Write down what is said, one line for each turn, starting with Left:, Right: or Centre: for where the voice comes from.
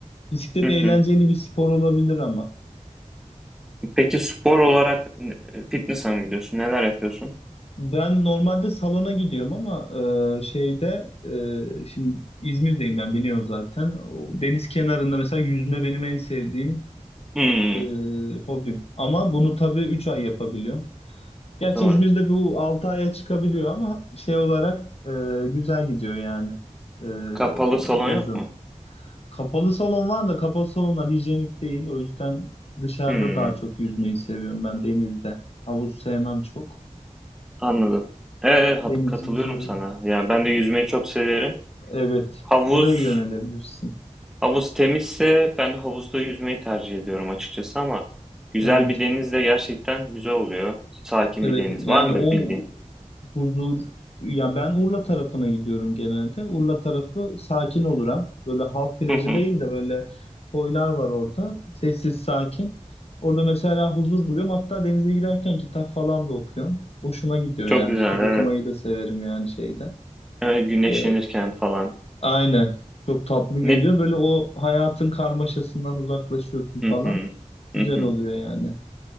Left: Bisiklet
Centre: Hı
Left: eğlenceli
Centre: hı.
Left: bir spor olabilir ama.
Centre: Peki spor olarak e, fitness'a mı gidiyorsun? Neler yapıyorsun?
Left: Ben normalde salona gidiyorum ama e, şeyde e, şimdi İzmir'deyim ben biliyorum zaten. O deniz kenarında mesela yüzme benim en sevdiğim
Centre: Hmm,
Left: e, hobim. Ama bunu tabii 3 ay yapabiliyorum. Gerçi
Centre: doğru.
Left: İzmir'de bu 6 aya çıkabiliyor ama şey olarak e, güzel gidiyor yani e,
Centre: Kapalı salon
Left: yazın.
Centre: yok mu?
Left: Kapalı salon var da kapalı salonlar hijyenik değil. O yüzden dışarıda
Centre: Hmm.
Left: daha çok yüzmeyi seviyorum ben denizde. Havuz sevmem çok.
Centre: Anladım. Ee, hat-
Left: Deniz
Centre: katılıyorum
Left: güzel
Centre: sana. Yani ben de yüzmeyi çok severim.
Left: Evet,
Centre: Havuz,
Left: oraya yönelebilirsin.
Centre: havuz temizse ben havuzda yüzmeyi tercih ediyorum açıkçası ama güzel
Left: Evet,
Centre: bir deniz de gerçekten güzel oluyor. Sakin
Left: evet.
Centre: bir deniz.
Left: Yani
Centre: Var mı
Left: o
Centre: bildiğin?
Left: huzur, ya ben Urla tarafına gidiyorum genelde. Urla tarafı sakin olur hem. Böyle halk plajı
Centre: Hı hı.
Left: değil de böyle koylar var orada. Sessiz, sakin. Orada mesela huzur buluyorum. Hatta denize girerken kitap falan da okuyorum. Hoşuma gidiyor
Centre: Çok
Left: yani.
Centre: güzel,
Left: Kitap
Centre: evet.
Left: okumayı da severim yani şeyde.
Centre: Ee, güneşlenirken
Left: Ee,
Centre: falan.
Left: aynen. Çok tatlı geliyor.
Centre: Ne?
Left: Böyle o hayatın karmaşasından uzaklaşıyorsun falan.
Centre: Hı hı.
Left: Güzel
Centre: Hı hı.
Left: oluyor yani.